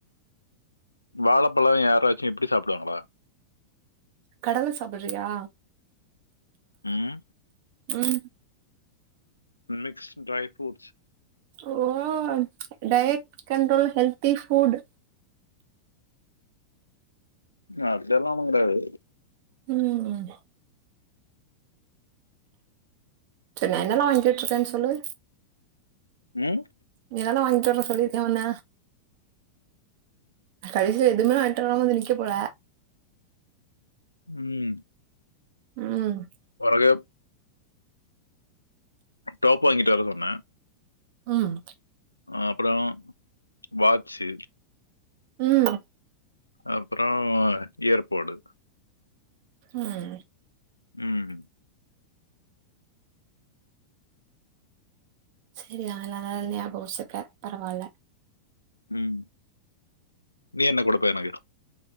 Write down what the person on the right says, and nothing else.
கடல சாப்படறியா
ம்
ஓ டயட் கண்ட்ரோல் ஹெல்தி ஃபுட்
ம் இப்ப நா என்னெல்லா அரிஞ்சிட்ருக்கேன்னு சொல்லு
நீதான வாங்கிட்டு வர சொல்லிருக்கே ஒண்ண கடைசில எதுமே வாங்கிட் வராம வந்து நிக்க போற
ம்
ம்
ம்
ம்
சேரி <unintelligible> ஞாபகம் வச்சிருக்க பரவால்ல